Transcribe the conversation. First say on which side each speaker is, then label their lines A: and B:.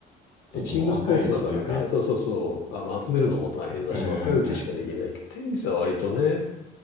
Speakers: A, on the left; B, on the left.
A: ちょっともう若いうちというか、
B: で、チームスポーツだからね、そうそうそう、あの、集めるのも大変だし、
A: ええええ
B: 若いうちしかできないけど、テニスは割とね、